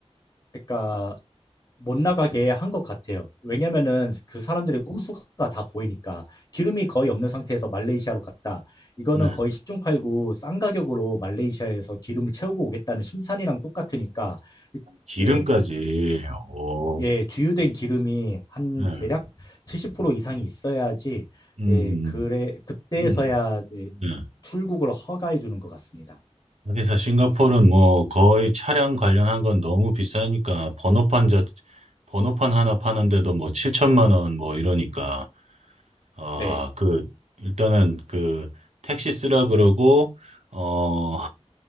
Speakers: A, on the left; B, on the right.
A: 그러니까 못 나가게 한 것 같아요. 왜냐면은 그 사람들의 꼼수가 다 보이니까 기름이 거의 없는 상태에서 말레이시아로 갔다. 이거는
B: 네.
A: 거의 십중팔구 싼 가격으로 말레이시아에서 기름을 채우고 오겠다는 심산이랑 똑같으니까
B: 기름까지,
A: 예,
B: 어,
A: 예, 주유된 기름이 한
B: 네.
A: 대략 70% 이상이 있어야지
B: 음,
A: 예, 그래 그때서야
B: 음, 음,
A: 예,
B: 네.
A: 출국을 허가해 주는 것 같습니다.
B: 그래서 싱가포르는 뭐 거의 차량 관련한 건 너무 비싸니까 번호판 자, 번호판 하나 파는데도 뭐 7천만 원 뭐 이러니까 아,
A: 네,
B: 그, 일단은 그, 택시 쓰라 그러고, 어,